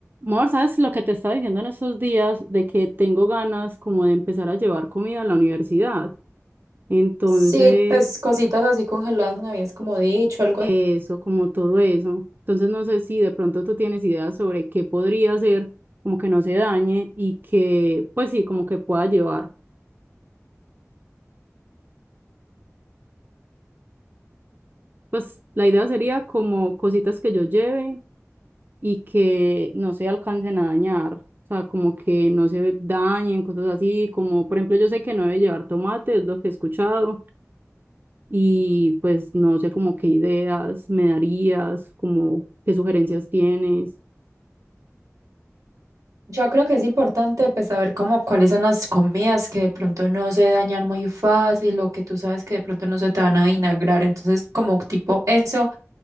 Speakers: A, on the right; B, on the right.
A: Amor, ¿sabes lo que te estaba diciendo en estos días de que tengo ganas como de empezar a llevar comida a la universidad? Entonces,
B: Sí, pues cositas así congeladas me habías como dicho, algo
A: eso, como todo eso. Entonces, no sé si de pronto tú tienes ideas sobre qué podría hacer, como que no se dañe y que, pues sí, como que pueda llevar. Pues la idea sería como cositas que yo lleve y que no se alcancen a dañar. O sea, como que no se dañen, cosas así, como por ejemplo, yo sé que no debe llevar tomate, es lo que he escuchado y pues no sé como qué ideas me darías, como qué sugerencias tienes.
B: Yo creo que es importante pues saber cómo cuáles son las comidas que de pronto no se dañan muy fácil o que tú sabes que de pronto no se te van a vinagrar. Entonces, como tipo eso,